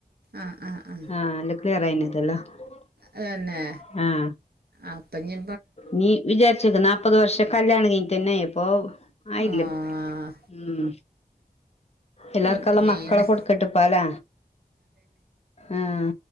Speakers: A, on the right; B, on the left.
A: ആഹ് ആഹ് ആഹ്
B: ആഹ് <unintelligible>
A: തന്നെ
B: ആഹ്
A: അപ്പഞ്ഞ്
B: നീ വിചാരിച്ചക്ക് നാല്പ്പത് വർഷം കല്യാണ കഴിഞ്ഞിട്ട് തന്നെ ഇപ്പൊ ആയില്ല
A: ആഹ്
B: ഉം എല്ലാർക്കെല്ലാം
A: എന്താ ചെയ്യന്നെ
B: മക്കളെ കൊടുക്കട്ടപ്പാലേ ആഹ്